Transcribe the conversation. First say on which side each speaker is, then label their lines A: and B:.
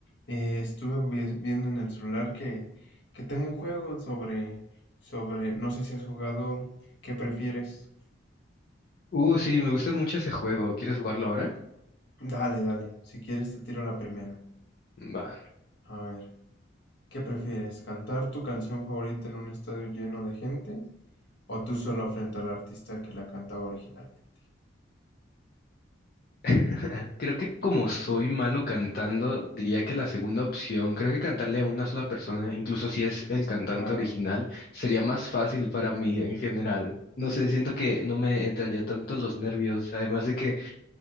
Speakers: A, on the left; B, on the left.
A: eh, estuve vi- viendo en el celular que, que tengo un juego sobre, sobre, no sé si has jugado, ¿qué prefieres?
B: Uh, sí, me gusta mucho ese juego. ¿Quieres jugarlo ahora?
A: Dale, dale, si quieres te tiro la primera.
B: Va.
A: A ver, ¿qué prefieres? ¿Cantar tu canción favorita en un estadio lleno de gente o tú solo frente al artista que la cantaba originalmente?
B: <laughs> Creo que como soy malo cantando, diría que la segunda opción, creo que cantarle a una sola persona, incluso si es el cantante
A: Claro,
B: original, sería más fácil para mí en general. No sé, siento que no me entraría tanto los nervios, además de que